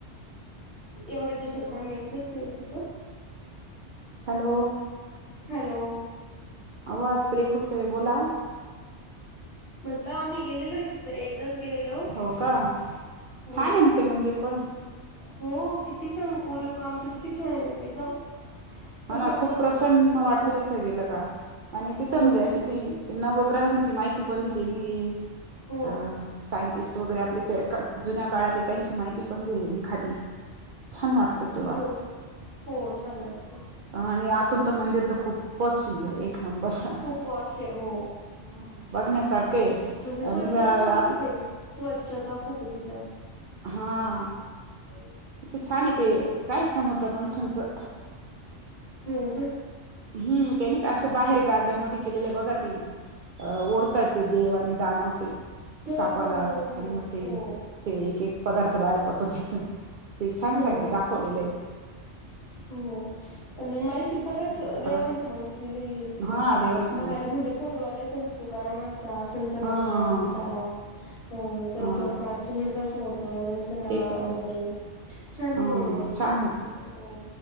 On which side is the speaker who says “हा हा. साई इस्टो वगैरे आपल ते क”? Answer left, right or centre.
Right